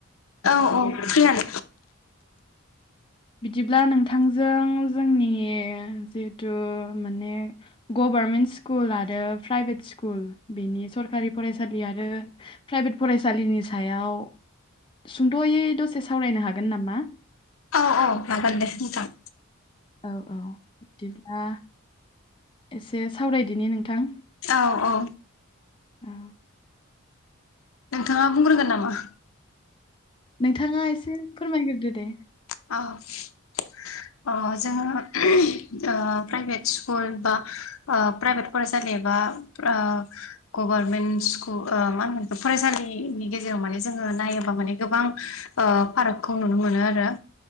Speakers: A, on the left; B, on the left.
A: औ औ फ्रियानो
B: बिदिब्ला नोंथांजों जोंनि जिहेथु माने गभारनमेन्ट स्कुल आरो प्राइभेट स्कुल बेनि सरखारि फरायसालि आरो प्राइभेट फरायसालिनि सायाव सुंद'यै दसे सावरायनो हागोन नामा
A: औ औ हागोन दे नोंथां
B: औ औ बिदिब्ला एसे सावरायदिनि नोंथां
A: औ औ
B: <inaudible>
A: नोंथाङा बुंग्रोगोन नामा?
B: नोंथाङा एसे फोरमायगोरदो दे
A: <unintelligible> अ जोङो <unintelligible> ओ प्राइभेट स्कुल बा ओ प्राइभेट फरायसालि एबा ओ गभारमेन्ट स्कुल ओ मा होनोमोन बे फरायसालिनि गेजेराव माने जोङो नायोबा माने गोबां ओ फारागखौ नुनो मोनो आरो।